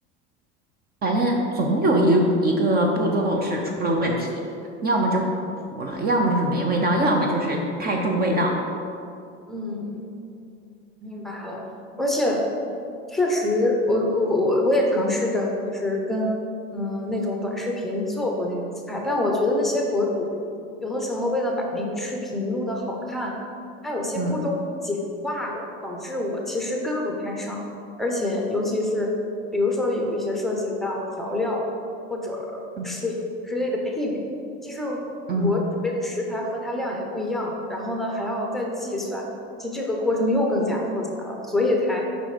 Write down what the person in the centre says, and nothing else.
嗯，明白了，而且确实，我我我我也尝试着，就是跟嗯、呃那种短视频做过那种菜，但我觉得那些博主有的时候为了把那个视频录的好看，它有些步骤会简化了，
导致我其实跟不太上，而且尤其是比如说有一些涉及到调料或者水之类的配比，
其实
我准备的食材和它量也不一样，然后呢还要再计算。其实这个过程又更加复杂了，所以才